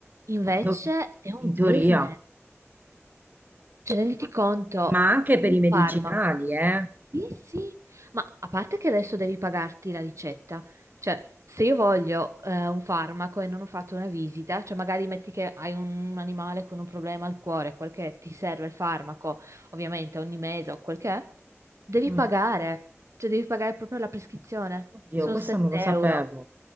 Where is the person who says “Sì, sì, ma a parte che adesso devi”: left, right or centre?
Right